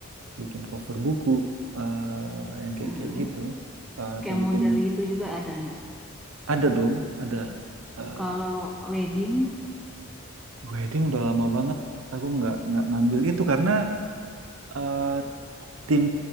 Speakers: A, on the right; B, in the centre.
A: bikin cover buku, eh, yang kayak
B: Hmm.
A: kayak gitu, Eh, atau
B: Kayak
A: bikin
B: model gitu juga ada nggak?
A: ada dong, ada eh,
B: Kalau wedding,
A: wedding udah lama banget. Aku nggak nggak ngambil itu karena eh, tim